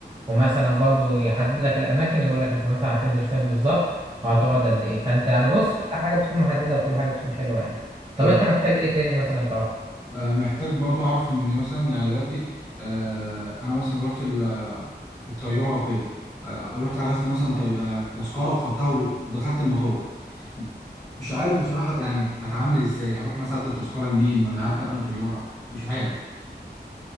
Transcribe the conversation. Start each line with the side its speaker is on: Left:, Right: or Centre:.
Right: ومثلا برضو يحدد لك الاماكن يقول لك انت مثلا هتنزل فين بالظبط وهتقعد
Centre: آه.
Right: قد ايه فانت يعني بص كل حاجه بتكون محدده وكل حاجه بتكون حلوه يعني طب
Centre: طب
Right: انت محتاج ايه تاني مثلا
Centre: آه، محتاج برضو اعرف ان مثلا يعني دلوقتي آه، انا مثلا رحت ال- آه، الطياره وكده آه، او رحت حجزت مثلا طي- آه، تذكره وخدتها ودخلت المطار مش عارف بصراحه يعني هتعامل ازاي هروح مثلا ادي التذكره لمين ولا هركب انا طياره مش عارف